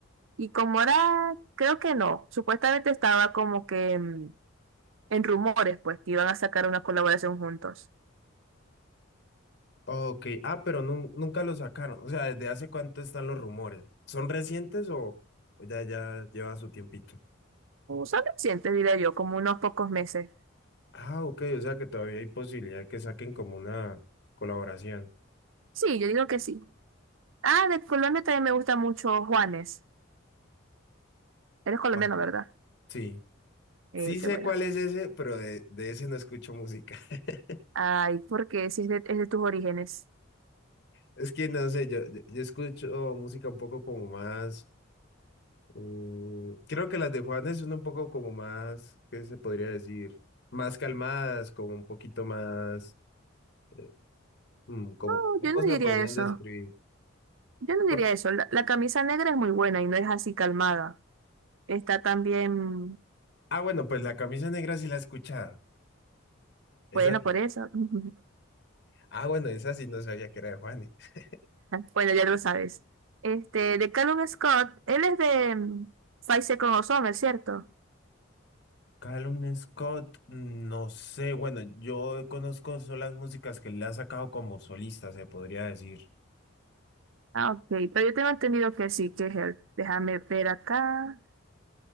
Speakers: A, on the right; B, on the left.
A: Y con Morat, creo que no. Supuestamente estaba como que mm, en rumores, pues, que iban a sacar una colaboración juntos.
B: Ok, ah, pero nun- nunca lo sacaron. O sea, ¿desde hace cuánto están los rumores? ¿Son recientes o, o ya, ya lleva su tiempito?
A: O Son recientes, diría yo, como unos pocos meses.
B: Ah, ok, o sea que todavía hay posibilidad que saquen como una colaboración.
A: Sí, yo digo que sí. Ah, de Colombia también me gusta mucho Juanes. Eres colombiano,
B: Guau.
A: ¿verdad?
B: Sí,
A: Eh,
B: sí
A: dice,
B: sé
A: bueno.
B: cuál es ese, pero de, de ese no escucho música. <laughs>
A: Ay, porque si es de, es de tus orígenes.
B: Es que no sé, yo, yo, yo escucho música un poco como más. mm, creo que las de Juanes son un poco como más, ¿qué se podría decir? Más calmadas, como un poquito más. eh, mm, como,
A: No,
B: ¿cómo
A: yo no
B: se
A: diría
B: la podrían
A: eso.
B: describir?
A: Yo no diría
B: Por-
A: eso. La, la camisa negra es muy buena y no es así calmada. Está también,
B: ah, bueno, pues la camisa negra sí la he escuchado. Esa
A: bueno,
B: sí.
A: por eso. <laughs>
B: Ah, bueno, esa sí no sabía que era de Juanes. <laughs>
A: Bueno, ya lo sabes. Este, de Callum Scott, él es de mm, Five Seconds of Summer, ¿cierto?
B: Calum Scott, mm, no sé, bueno, yo conozco solo las músicas que le ha sacado como solista, se podría decir.
A: Ah, ok. Pero yo tengo entendido que sí, que es él. Déjame ver acá.